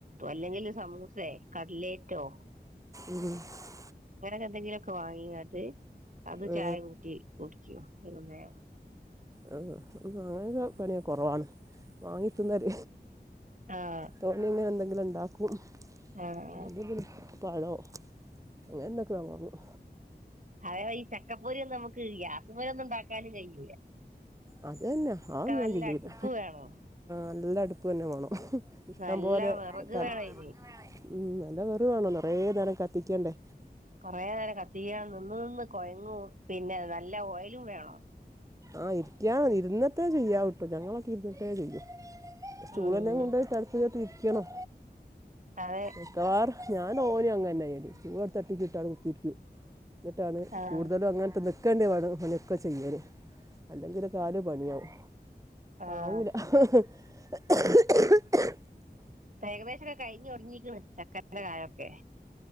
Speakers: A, on the right (about 50°); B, on the right (about 20°).
A: അല്ലെങ്കിൽ സമൂസയ കടലേറ്റോ
B: ഉം <inaudible>
A: ഇങ്ങനൊക്കെ എന്തെങ്കിലുമൊക്കെ വാങ്ങിാട്ട് അത്
B: ഏ,
A: ചായ കൂട്ടി കുടികിം വൈകുന്നേരം
B: ആ അങ്ങനൊക്കെ പണിയ കുറവാണ് വാങ്ങിതിന്നൽ
A: ആഹ്
B: തോണിങ്ങനെ എന്തെങ്കിലും ഉണ്ടാക്കും
A: ആഹ്
B: അല്ലെങ്കിൽ പഴോ അങ്ങനെ എന്തൊകേം വാങ്ങും
A: അതെ ഈ ചക്കപ്പൊരി ഒ ന്നും നമുക്ക് ഗ്യാസ് മുല ഒന്നും ഉണ്ടാക്കാനും കഴിയുല
B: അത തന്നെ ആന്നും ഞാൻ
A: നല്ല
B: ചെയല്ല
A: അടുപ്പ് വേണം
B: നല്ല അടുപ്പ് തന്നെ വേണം ഇഷ്ടം
A: നല്ല
B: പോോലെ
A: വിറക്
B: തല
A: വേണം അയിന്
B: ഉം നല്ല വെറുവാണോ നിറയ നേരം കത്തിക്കേണ്ടേ
A: കുറെേ നേരം കത്തിക്കൻ നിന്ന നിന്ന് കൊഴങ്ങും പിന്നെ നല്ല ഓയിലും വേണം
B: ആഹ് ഇരിക്കാ ഇരുന്നിട്ടേ ചെയ്യാം ട്ടോ ഞങ്ങളൊക്കെ ഇരുന്നിട്ടേ ചെയ്യൂ സ്റ്റൂൾന്നെ
A: ഉം
B: കൊണ്ട്യിട്ടടുത്ത ടഅടുപ്പിന്റട്ത് ഇരിക്കണം
A: അതെ
B: മിക്കവാറും ഞാൻ ഓര് അങ്ങനായിും അ ട്ടിക്ക് ഇട്ടാെ കുത്തിരിക്കു എന്നിട്ടാണ്
A: ആഹ്
B: കൂടുതലും അങ്ങനത്തെ് നിൽക്കേണ്ടി വരുന്ന പണിയൊക്കെ ചെയ്യൽ അല്ലെങ്കില് കാല പണിയവും
A: ആഹ്
B: ആവൂല <unintelligible>
A: ഏകദേശൊക്കെ കഴിഞ്ഞഞ്ൊടുങ്ങിന്ന് ചക്കരന്റെ കായൊക്കെ